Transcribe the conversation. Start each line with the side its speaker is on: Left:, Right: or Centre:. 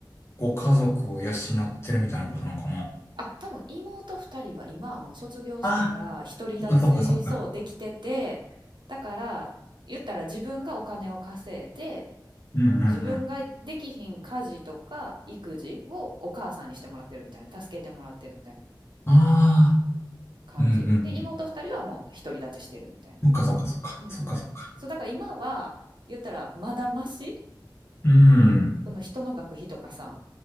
Left: ご家族を養ってるみたいなことなんかな。
Right: あ、多分妹二人は今はもう卒業したから、
Left: あ、
Right: 独り立ち、
Left: あ、そっかそっか。
Right: そう、できてて、だから、言ったら自分がお金を稼いで、
Left: うんうんうん。
Right: 自分ができひん家事とか育児をお母さんにしてもらってるみたいな、助けてもらってるみたいな。
Left: ああ、
Right: 感じで妹2人はもう独り立ちしてるみたいな
Left: うんうんうん。そっかそっかそっか。
Right: うんうんそうだから今は言ったらまだマシ
Left: そっかそっか。うん。うん
Right: その人の学費とかさ